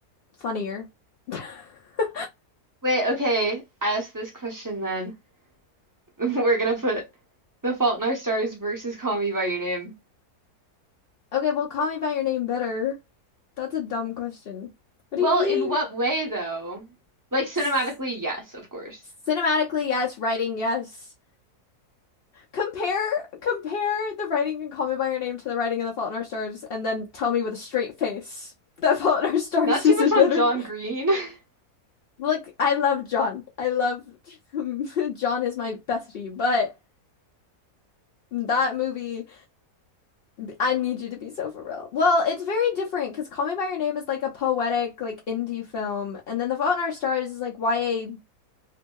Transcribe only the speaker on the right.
Wait, okay. I asked this question then. <laughs> We're gonna put The Fault in Our Stars versus Call Me by Your Name.
Well,
in what way though? Like cinematically,
yes, of course.
Not too
much
on John Green. <laughs>